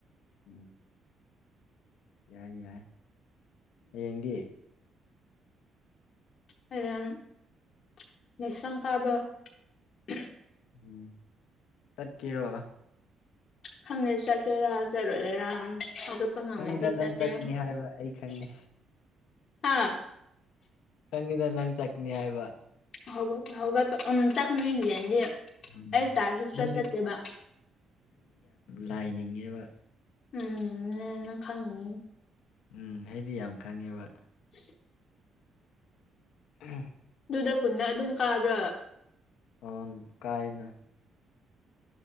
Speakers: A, on the left; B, on the left.
A: ꯎꯝ ꯌꯥꯏ ꯌꯥꯏ ꯍꯌꯦꯡꯗꯤ
B: <unintelligible>
A: ꯎꯝ ꯆꯠꯀꯦꯔꯣ
B: ꯈꯪꯗꯦ ꯆꯠꯀꯦꯔꯥ ꯆꯠꯂꯣꯏꯒꯦꯔꯥ <unintelligible>
A: ꯈꯪꯉꯤꯗ ꯅꯪ ꯆꯠꯀꯅꯤ ꯍꯥꯏꯕ ꯑꯩ ꯈꯪꯉꯤ
B: ꯍꯥ
A: ꯈꯪꯉꯤꯗ ꯅꯪ ꯆꯠꯀꯅꯤ ꯍꯥꯏꯕ
B: ꯍꯧꯒ- ꯍꯧꯒꯠꯄ ꯎꯝ ꯆꯠꯀꯅꯤ ꯍꯌꯦꯡꯗꯤ
A: ꯎꯝ
B: <unintelligible> ꯆꯠꯇꯦꯕ
A: ꯅꯪꯗꯤ ꯂꯥꯏ ꯅꯤꯡꯉꯤꯕ
B: ꯎꯝ ꯅꯪ ꯈꯪꯅꯤ
A: ꯎꯝ ꯑꯩꯗꯤ ꯌꯥꯝ ꯈꯪꯉꯦꯕ
B: <inaudible>
A: <inaudible>
B: ꯑꯗꯨꯗ ꯈꯨꯟꯅ ꯑꯗꯨꯝ ꯀꯥꯕ꯭ꯔꯥ
A: ꯑꯝ ꯀꯥꯏꯅ